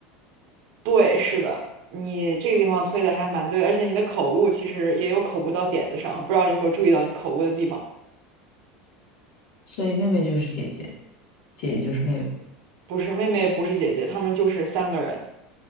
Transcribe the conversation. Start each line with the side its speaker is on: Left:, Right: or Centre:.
Right: 对，是的，你这个地方推的还蛮对，而且你的口误其实也有口误到点子上，不知道你有没有注意到你口误的地方？
Left: 所以妹妹就是姐姐，姐姐就是妹妹。
Right: 不是妹妹，不是姐姐，她们就是三个人。